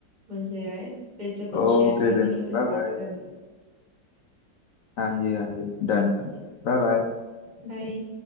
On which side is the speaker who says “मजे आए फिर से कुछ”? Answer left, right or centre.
Right